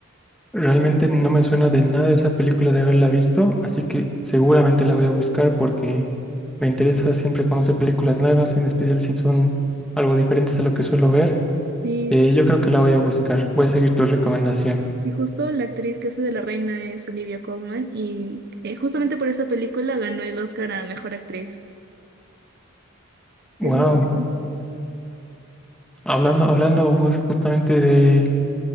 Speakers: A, in the centre; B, on the right (about 50°).
A: Realmente no me suena de nada esa película de haberla visto, así que seguramente la voy a buscar porque me interesa siempre conocer películas nuevas, en especial si son algo diferentes a lo que suelo ver.
B: Sí,
A: Eh, yo creo que la voy a buscar. Voy a seguir tu recomendación.
B: Sí, justo la actriz que hace de la reina es Olivia Colman y eh, justamente por esa película ganó el Oscar a Mejor Actriz. Sí,
A: Wow.
B: es muy bueno.
A: Hablando, hablando jus- justamente de,